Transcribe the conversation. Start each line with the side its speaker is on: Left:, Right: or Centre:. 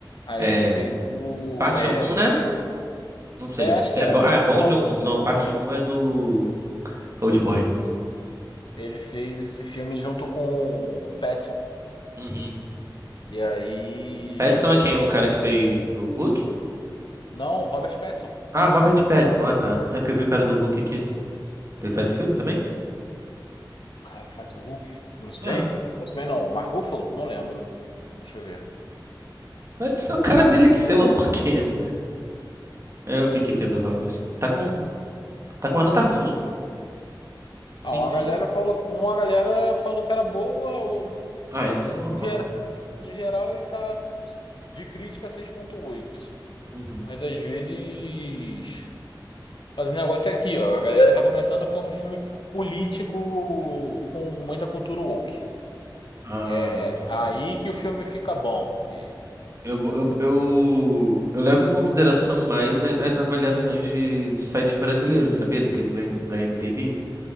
Left: Aí
Right: É.
Left: ele fez o.
Right: Park
Left: É,
Right: Chan-wook, né? Não sei.
Left: é, acho
Right: É
Left: que é,
Right: bom,
Left: não
Right: ah,
Left: sei
Right: é bom
Left: qual.
Right: Joon-ho. Não, Park Chan-wook é do Old Boy.
Left: Ele fez esse filme junto com o Pattinson.
Right: Uhum.
Left: E aí.
Right: Pattinson é quem? O cara que fez o Hulk?
Left: Não, Robert Pattinson.
Right: Ah, Robert Pattinson. Ah, tá. É porque eu vi o cara do Hulk aqui. Ele faz filme também?
Left: O cara que faz o Hulk. Bruce
Right: É.
Left: Banner?
Right: Ah.
Left: O Bruce Banner não, o Mark Ruffalo? Não lembro. Deixa eu ver.
Right: Pareceu o cara dele aqui, sei lá o porquê, mas... É, eu vi que aqui é do Robert. Tá com... Tá com uma nota ruim?
Left: Ah,
Right: Ruimzinho?
Left: uma galera falou, uma galera falou que era boa, ou,
Right: Ah,
Left: tipo,
Right: essa é normal.
Left: no, geral no geral ele tá de crítica seis ponto oito
Right: Uhum.
Left: Mas às vezes. Mas o negócio é aqui, ó. A galera tá comentando que é um filme político com muita cultura woke.
Right: Ah,
Left: É
Right: boto fé.
Left: aí que o filme fica bom, porque.
Right: Eu, eu, eu, eu levo em consideração mais a- as avaliações de, de sites brasileiros, sabia? Do que do M- da IMDb.